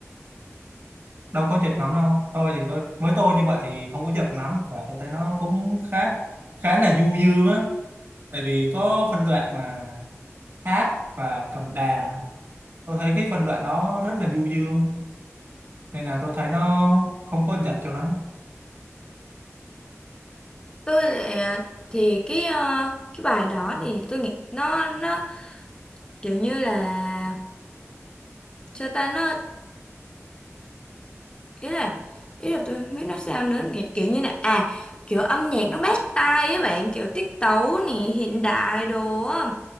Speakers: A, on the right (about 50°); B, on the left (about 20°).
A: đâu có việc lắm đâu tôi thì tôi với tôi như vậy thì không có việc lắm và tôi thấy nó cũng khá khá là du dương á tại vì có phân đoạn mà hát và cầm đàn tôi thấy cái phân đoạn đó rất là du dương nên là tôi thấy nó không có giật cho nó
B: tôi lại- thì cái ờ, cái bài đó thì tôi nghĩ nó nó kiểu như là sao ta nó ý là ý là tôi không biết nói sao nữa kiểu kiểu như là à kiểu âm nhạc nó bắt tai ấy bạn kiểu tiết tấu nè hiện đại đồ á